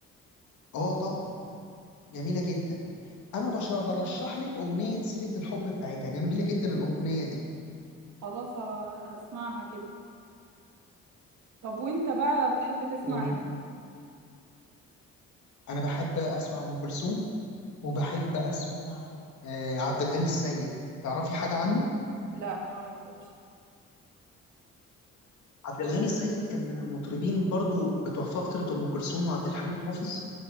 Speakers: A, on the left (about 70°); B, on the right (about 70°).
A: اه طبعا جميله جدا انا بشر برشح لك اغنيه سيره الحب بتاعتها جميله جدا الاغنيه دي
B: خلاص ه- هسمعها كده طب وانت بقى بتحب تسمع
A: وانا
B: ايه
A: بحب اسمع ام كلثوم وبحب اسمع آه، عبد الغني السيد تعرفي حاجه عنه
B: لا ما اعرفوش
A: عبد الغني السيد كان من المطربين برضو بتوع فتره ام كلثوم وعبد الحليم حافظ